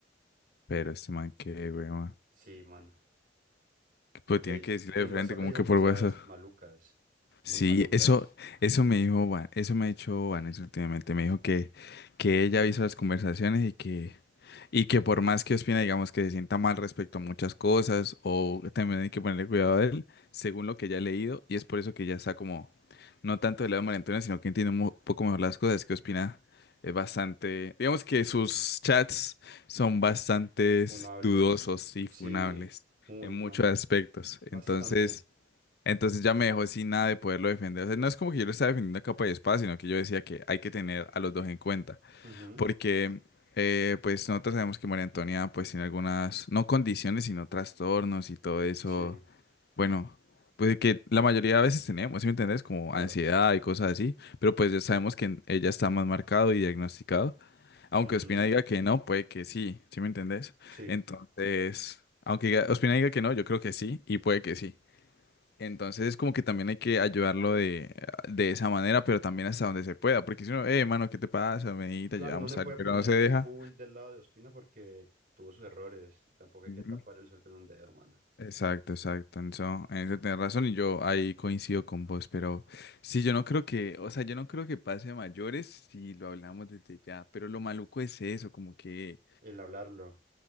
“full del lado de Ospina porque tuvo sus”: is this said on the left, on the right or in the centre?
Right